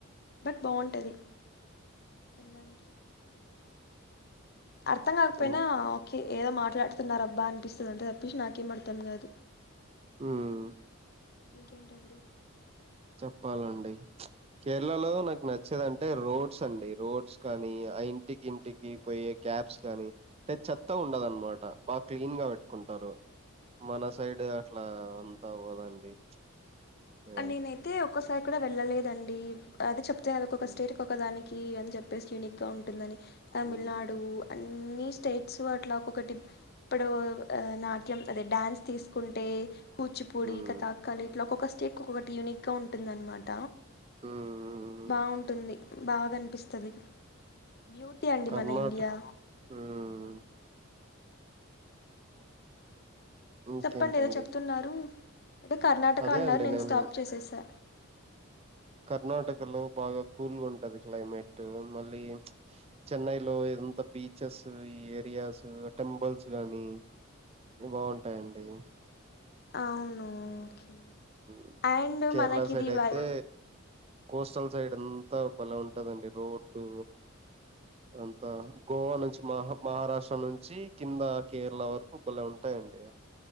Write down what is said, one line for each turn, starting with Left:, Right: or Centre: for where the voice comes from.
Left: బట్ బాంటది తిండానికి అర్థం కాకపోయినా
Right: ఉమ్
Left: ఓకే ఏదో మాట్లాడుతున్నారబ్బా అనిపిస్తుది అంతే పిష్ నాకేం అర్ధం కాదు
Right: ఉమ్,
Left: ఇంకేంటండి.
Right: చెప్పాలండి ప్చ్ కేరళలో నాకు నచ్చేదంటే రోడ్స్ అండి రోడ్స్ కానీ ఆ ఇంటికి ఇంటికి పోయే క్యాబ్స్ కానీ అంటే చెత్త ఉండదు అనమాట బాగా క్లీన్ గా పెట్టుకుంటారు మన సైడ్ అట్లా ఆ అంత అవ్వదండి
Left: అ
Right: ఏ
Left: నేనైతే ఒక్కసారి కూడా వెళ్ళలేదండి అదే చెప్తనే అది చెప్తే కదా ఒకొక్క
Right: ఉమ్
Left: స్టేట్కి ఒకదాని కి అని చెప్పేసి యునిక్ గా ఉంటుందని తమిళనాడు
Right: ఉమ్
Left: అన్ని స్టేట్స్ అట్లా ఒకొకటి ఇప్పుడు ఆ నాట్యం అదే డాన్స్ తీసుకుంటే కూచిపూడి
Right: ఉమ్
Left: కతాక్కళి ఇట్లా ఒక్కొక్క స్టేక్ ఒక్కొక్కటి యూనిక్గా ఉంటుందన్నమాట.
Right: ఉమ్
Left: బాగుంటుంది బాగానిపిస్ తది బ్యూటీ అండి
Right: కర్ణాటక
Left: మన ఇండియా
Right: ఉమ్ ఇంకేంటండి
Left: చెప్పండి ఏదో చెప్తున్నారు. ఏదో కర్ణాటక
Right: అదే
Left: అన్నారు
Right: అండి నేను
Left: స్టాప్ చేసేసా
Right: కర్ణాటకలో బాగా కూల్ గా ఉంటది క్లైమేట్ మళ్ళీ చెన్నై లో ఎదంత బీచెస్ ఏరియాస్ టెంపుల్స్ గానీ బాగుంటాయండి
Left: అవును ఓకే
Right: మ్
Left: అండ్
Right: కేరళ
Left: మనకి
Right: సైడ్
Left: ఇది
Right: అయితే
Left: వై
Right: కోస్టల్ సైడ్ అంతా బలే ఉంటదండి రోడ్డు అంతా గోవా నుంచి మహ మహారాష్ట్ర నుంచి కింద కేరళ వరకు బలే ఉంటాయం డి